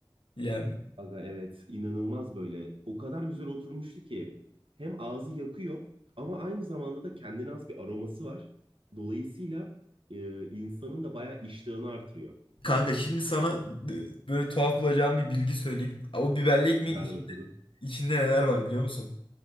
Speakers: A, on the left; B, on the right.
A: Yani
B: Aga evet inanılmaz böyle. O kadar güzel oturmuştu ki hem ağzı yakıyor ama aynı zamanda da kendine has bir aroması var. Dolayısıyla e, insanın da bayağı iştahını artırıyor.
A: kanka şimdi sana e, böyle tuhaf bulacağım bir bilgi söyleyeyim. O biberli ekmeğin
B: Ver
A: içinde,
B: bakalım
A: içinde neler var biliyor musun?